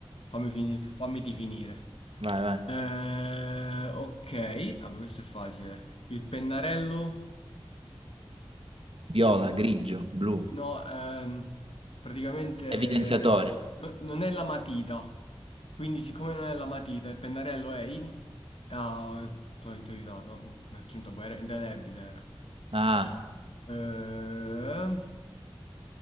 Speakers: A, on the left; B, on the right.
A: Fammi fini- fammiti finire.
B: Vai, vai.
A: Eh, ok. Vabbè, questo è facile. Il pennarello.
B: Viola,
A: il
B: grigio,
A: pe-
B: blu.
A: No, ehm, praticamente
B: Evidenziatore.
A: no- non è la matita. Quindi, siccome non è la matita, il pennarello è in. Ah, ti ho aiutato. Vabbè, mi ha aggiunto poi. Era indelebile. Era.
B: Ah,
A: Eh,